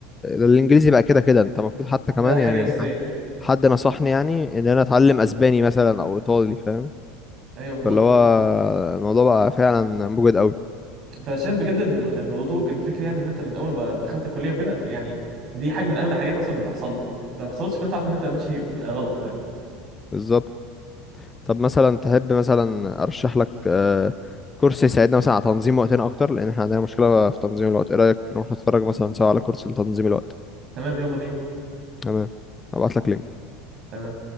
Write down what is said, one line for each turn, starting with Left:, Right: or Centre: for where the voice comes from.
Left: الإنجليزي بقى كده كده أنت المفروض حتى
Right: ده
Left: كمان
Right: حاجه
Left: يعني
Right: اساسيه
Left: ح-
Right: يعني
Left: حد نصحني يعني إن أنا أتعلم أسباني مثلا أو إيطالي فاهم
Right: ايوه بالظبط
Left: فاللي هو الموضوع بقى فعلا موجود قوي
Right: فشايف بجد ان إن النضوج الفكري يعني ان انت من اول ما دخلت الكليه وكده يعني دي حاجه من اهم الحاجات اصلا اللي تحصل لك لو ما حصلتش فانت عارف ان انت ماشي في- غلط يعني
Left: بالظبط طب مثلا تحب مثلا أرشح لك آه، كورس يساعدنا مثلا على تنظيم وقتنا أكتر لأن إحنا عندنا مشكلة في تنظيم الوقت إيه رأيك نروح نتفرج مثلا سوا على كورس لتنظيم الوقت
Right: تمام يلا بينا
Left: تمام هبعت لك لينك
Right: تمام